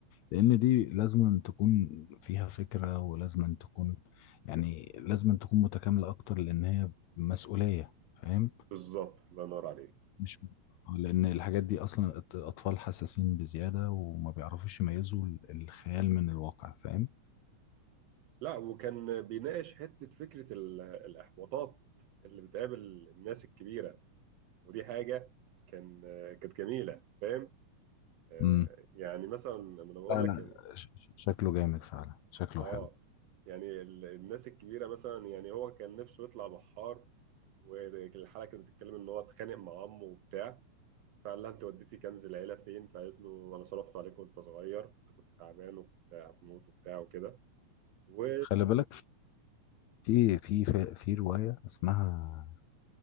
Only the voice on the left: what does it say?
لان دي لازم أن تكون فيها فكره ولازم أن تكون يعني لازم أن تكون متكامله اكتر لان هي مسؤوليه فاهم
مش آه، لان الحاجات دي اصلا الأط- الاطفال حساسين بزياده وما بيعرفوش يميزوا ال- الخيال من الواقع فاهم
امم
لا
لا
ش- ش- شكله جامد فعلا شكله
حلو
خلي بالك في في في في روايه اسمها